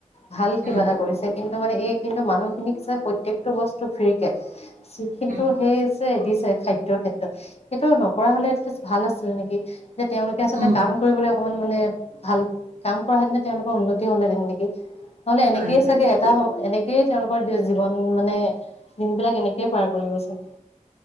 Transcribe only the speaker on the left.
ভাল কিবা
এটা কৰিছে কিন্তু মানে এই কিন্তু মানুহখিনিক যে প্ৰত্যেকটো বস্তু ফ্ৰীকে কিন্তু
সেই যে দিছে খাদ্য ক্ষেত্ৰত সেইটো নকৰা হলে এটলিষ্ট ভাল আছিল নেকি? যে তেওঁলোকে আচলতে
অকমান মানে ভাল কাম কৰা হেতেনে তেওঁলোকৰ উন্নতি হ'ল হেতেন নেকি! নহ'লে এনেকে
চাগে
এটা
এনেকেই তেওঁলোকৰ জীৱন মানে দিন বিলাক এনেকেই পাৰ কৰিব চাগে